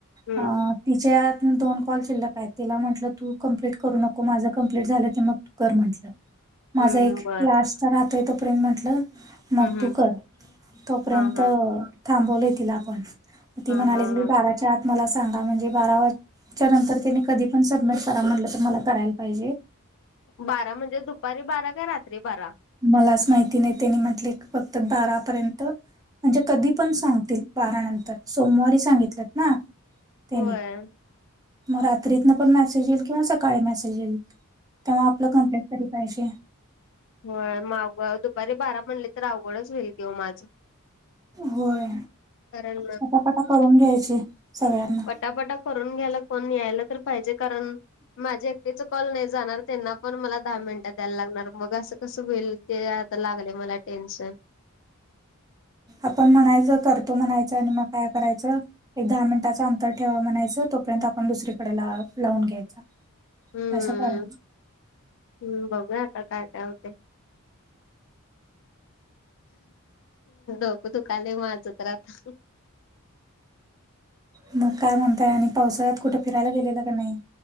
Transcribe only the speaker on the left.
हम्म
हम्म
बर
हम्म हम्म
हा हा
हा
हा
हा
बारा म्हणजे दुपारी बारा काय रात्री बारा.
होय
हो मावगं दुपारी बारा म्हणले तर अवघडच होईल तेव माझं
कारण
फटापटा करून घ्यायला फण यायला तर पाहिजे कारण माझे कॉल नाही जाणार त्यांना पण मला दहा मिनिटं द्यायला लागणार मग असं कसं होईल. ते आता लागले मला टेन्शन.
हम्म
हम्म बघूया आता काय काय होते. ोक तु काले माझ उत राहता.